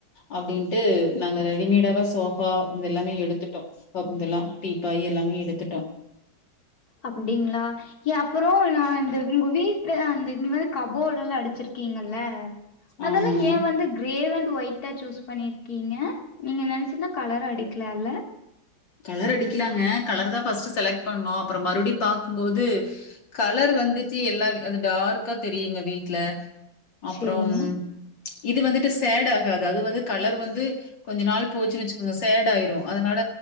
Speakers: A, on the left; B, on the left.
A: அப்படின்ட்டு நாங்க ரெடிமேடாவ சோஃபா இத எல்லாமே எடுத்துட்டோம் இதெல்லாம் தடீப்பாய் எல்லாமே எடுத்துட்டோம்
B: அப்படிங்களா ஏ அப்புறம் நான் அ உங்க வீட்டுல அந்த இங்க வந்து கபோர்ட எல்லாம் அடிச்சிருக்கீங்கல்ல அதெல்லாம்
A: ஆமாங்க.
B: ஏன் வந்து கிரேவன் ஒொய்ா சூஸ் பண்ணியிருக்கீங்க நீங்க நினைச்ச சின்ன கலர் அடிக்கலல்ல
A: கலர் அடிக்கலாங்க கலர் தான் ஃபர்ஸ்ட் செலக்ட் பண்ணோும் அப்புறம் மறுபடியடி பா்கும்போது கலர் வந்துச்சு எல்லார அது டார்க்கா தெரியுங்க வீட்டு்ல அப்புறம்
B: சரிங்க.
A: இது வந்துட்டு சேட் ஆகாது அது வந்து கலர் வந்து கொஞ்ச நாள் போச்சு நச்சுக்கோங்க சேட் ஆயிரும் அதனால